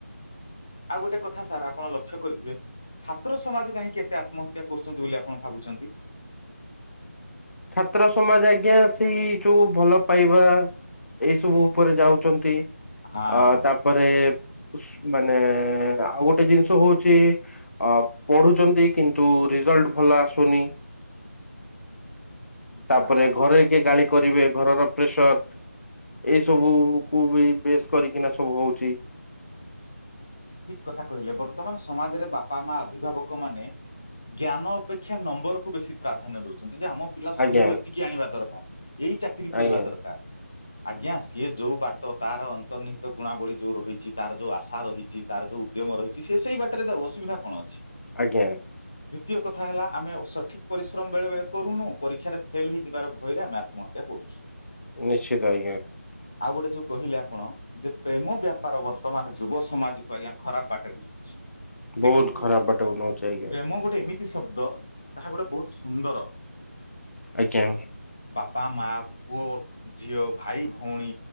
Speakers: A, on the left; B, on the left.
A: ଆଉ ଗୋଟେ କଥା ସାର୍ ଆପଣ ଲକ୍ଷ୍ୟ କରିଥିବେ ଛାତ୍ର ସମାଜ କାହିଁକି ଏତେ ଆତ୍ମହତ୍ୟା କରୁଚନ୍ତି ବୋଲି ଆପଣ ଭାବୁଚନ୍ତି?
B: ଛାତ୍ର ସମାଜ ଆଜ୍ଞା ସେଇ ଯୋଉ ଭଲ ପାଇବା ଏଇସବୁ ଉପରେ ଯାଉଚନ୍ତି
A: ହଁ
B: ଆ ତାପରେ ଉସ୍ ମାନେ ଆଉ ଗୋଟେ ଜିନିଷ ହଉଚି ଅ ପଢୁଛନ୍ତି କିନ୍ତୁ ରିଜଲ୍ଟ୍ ଭଲ ଆସୁନି। ତାପରେ
A: ଆଚ୍ଛା
B: ଘରେ କିଏ ଗାଳି କରିବେ ଘରର ପ୍ରେସର୍। ଏଇ ସବୁକୁ ବି ବେଶ୍ କରିକିନା ସବୁ ହଉଚି।
A: ଠିକ୍ କଥା କହିଲେ ବର୍ତ୍ତମାନ ସମାଜରେ ବାପା ମା ଅଭିଭାବକମାନେ ଜ୍ଞାନ ଅପେକ୍ଷା ନମ୍ବର୍ କୁ ବେଶୀ ପ୍ରାଧାନ୍ୟ ଦଉଚନ୍। ଯେ ଆମ ପିଲା ଶହେରୁ
B: ଆଜ୍ଞା
A: ଏତିକି ଆଣିବା ଦରକାର ଏଇ ଚାକିରି କରିବା
B: ଆଜ୍ଞା
A: ଦରକାର। ଆଜ୍ଞା ସିଏ ଯୋଉ ବାଟ ତାର ଅନ୍ତର୍ନିହିତ ଗୁଣାବଳି ଯୋଉ ରହିଚି ତାର ଯୋଉ ଆଶା ରହିଚି ତାର ଯୋଉ ଉଦ୍ୟମ ରହିଚି ସିଏ ସେଇ ବାଟରେ ବବ ଅସୁବିଧା କଣ ଅଛି?
B: ଆଜ୍ଞା଼
A: ଦ୍ୱିତୀୟ କଥା ହେଲା ଆମେ ସଠିକ୍ ପରିଶ୍ରମ ବେଳେବେଳେ କରୁନୁ ପରୀକ୍ଷାରେ ଫେଲ୍ ହେଇଯିବାର ଭୟରେ ଆମେ ଆତ୍ମହତ୍ୟା କରୁଛୁ।
B: ନିଶ୍ଚିତ ଆଜ୍ଞା।
A: ଆଉ ଗୋଟେ ଯୋଉ କହିଲେ ଆପଣ ଯେ ପ୍ରେମ ବ୍ୟାପାର ବର୍ତ୍ତମାନ ଯୁବ ସମାଜ କୁ ଆଜ୍ଞା ଖରାପ ବାଟରେ ନଉଛି।
B: ବହୁତ
A: ଦେଖନ୍ତୁ
B: ଖରାପ ବାଟକୁ ନଉଛି ଆଜ୍ଞା
A: ପ୍ରେମ ଗୋଟେ ଏମି ତି ଶବ୍ଦ ତାହା ଗୋଟେ ବୋହୁତ ସୁନ୍ଦର
B: ଆଜ୍ଞା
A: ବାପା ମା ପୁଅ ଝିଅ ଭାଇ ଭଉଣୀ